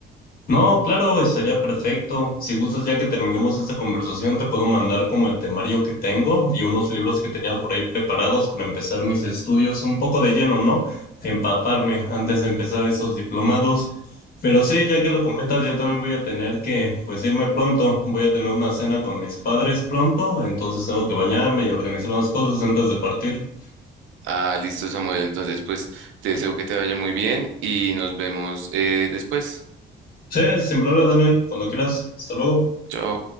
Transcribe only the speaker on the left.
No, claro, estaría perfecto. Si gustas, ya que terminemos esta conversación, te puedo mandar como el temario que tengo y unos libros que tenía por ahí preparados para empezar mis estudios un poco de lleno, ¿no? Empaparme antes de empezar esos diplomados. Pero sí, ya que lo comentas, yo también voy a tener que, pues, irme pronto. Voy a tener una cena con mis padres pronto, entonces tengo que bañarme y organizar unas cosas antes de partir.
Sí, sin problema, Daniel, cuando quieras. Hasta luego.